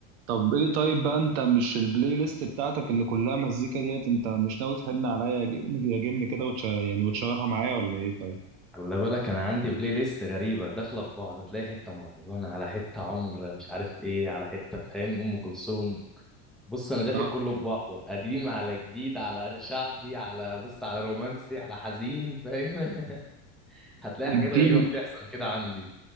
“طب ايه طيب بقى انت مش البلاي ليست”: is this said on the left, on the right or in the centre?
Right